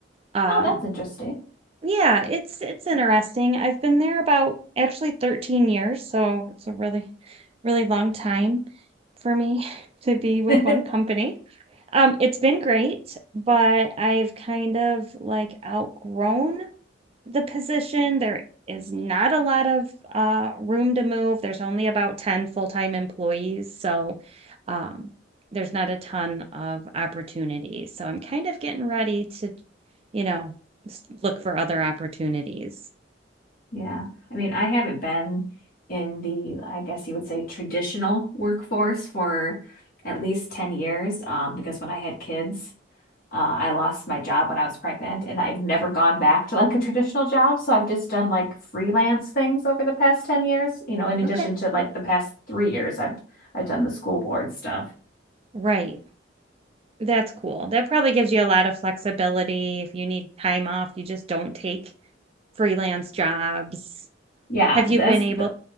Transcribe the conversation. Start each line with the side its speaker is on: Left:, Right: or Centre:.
Right: Um
Left: Oh, that's interesting.
Right: yeah, it's it's interesting. I've been there about actually 13 years, so it's a really, really long time for me <laughs> to be with
Left: <laughs>
Right: one company. Um, it's been great, but I've kind of like outgrown the position. There is not a lot of uh, room to move. There's only about 10 full time employees. So um, there's not a ton of opportunity. So I'm kind of getting ready to, you know, s- look for other opportunities.
Left: Yeah. I mean, I haven't been in the, I guess you would say, traditional workforce for at least 10 years, um, because when I had kids, uh, I lost my job when I was pregnant, and I've never gone back to like a traditional job. So I've just done like freelance things over the past 10 years, you know, in addition
Right: Okay.
Left: to like the past three years, I've I've done the school board stuff.
Right: Right. That's cool. That probably gives you a lot of flexibility. If you need time off, you just don't take freelance jobs.
Left: Yeah,
Right: Have
Left: that's
Right: you been able?